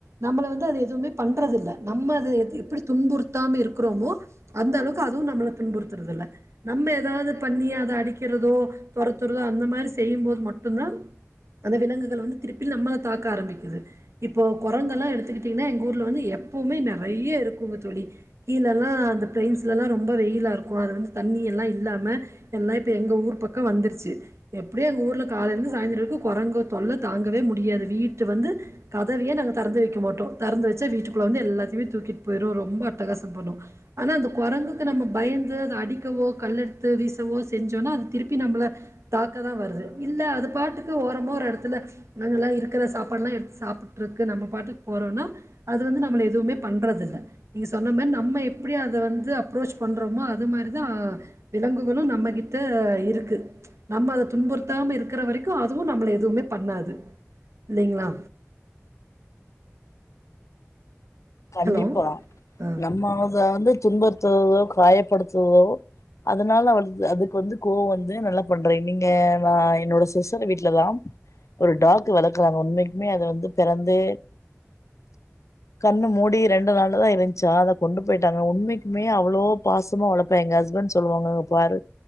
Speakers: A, on the right; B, on the left.
A: நம்மள வந்து அது எதுமே பண்றதில்ல நம்ம அது எது எப்புடி துன்புறுத்தாம இருக்குறோமோ அந்த அளவுக்கு அதுவு நம்மள துன்புறுத்துறது இல்ல நம்ம எதாவது பண்ணி அத அடிக்கிறதோ தொரத்துறதோ அந்த மாரி செய்யும்போது மட்டுந்தா அந்த விலங்குகள் வந்து திருப்பி நம்மள தாக்க ஆரம்பிக்குது இப்போ கொரங்கெல்லா எடுத்துக்கிட்டீங்கன்னா எங்க ஊர்ல வந்து எப்போமே நெறைய இருக் போங்க தோழி கீழெல்லா அந்த பிலேஸ்லெல்லா ரொம்ப வெயிலா இருக்கு அது வந்து தண்ணி எல்லா இல்லாம எல்லா இப்ப எங்க ஊர் பக்கோ வந்துருச்சு எப்டியே எங்க ஊர்ல காலையிலிருந்து சாய்ந்துரோ வரைக்கு கொரங்கு தொல்ல தாங்கவே முடியாது வீட்டு வந்து கதவையே நாங்க தெறந்து வெக்க மாட்டோ தெறந்து வெச்சா வீட்டுக்குள்ள வந்து எல்லாத்தையுமே தூக்கிட் போயிரு ரொம்ப அட்டகாசம் பண்ணு ஆனா அந்த கொரங்குக்கு நம்ம பயந்து அத அடிக்கவோ கல்லெடுத்து வீசவோ செஞ்சோன்னா அது திருப்பி நம்மள தாக்கதா வருது இல்ல அது பாட்டுக்கு ஓரமா ஒரு எடத்துல நாங்கள்லா இருக்குற சாப்பாடெல்லா எடுத்து சாப்புட்ருக்கு நம்ம பாட்டுக்கு போறோன்னா அது வந்து நம்மள எதுமே பண்றது இல்ல நீங்க சொன்ன மாரி நம்ம எப்டி அத வந்து அப்ரோச் பண்றோமோ அது மாரிதா விலங்குகளு நம்மகிட்ட இருக்கு நம்ம அத துன்புறுத்தாம இருக்குற வரைக்கு அதுவு நம்மள எதுமே பண்ணாது இல்லைங்களா
B: கண்டிப்பா
A: ஹலோ ஆ
B: நம்ம அத வந்து துன்புறுத்துதோ காயப்படுத்துறதோ அதனால அவன் அதுக்கு வந்து கோவோ வந்து நல்லா பண்றே நீங்க நா என்னோட சிஸ்டர் வீட்லதா ஒரு டாக்கு வளக்குறாங்க உண்மைக்குமே அது வந்து பெறந்து கண்ண மூடி ரெண்டு நாளுதா இருந்துச்சா அத கொண்டு போயிட்டாங்க உண்மைக்குமே அவ்வளோ பாசமாக வளப்பே எங்க ஹஸ்பண்ட் சொல்லுவாங்க பாரு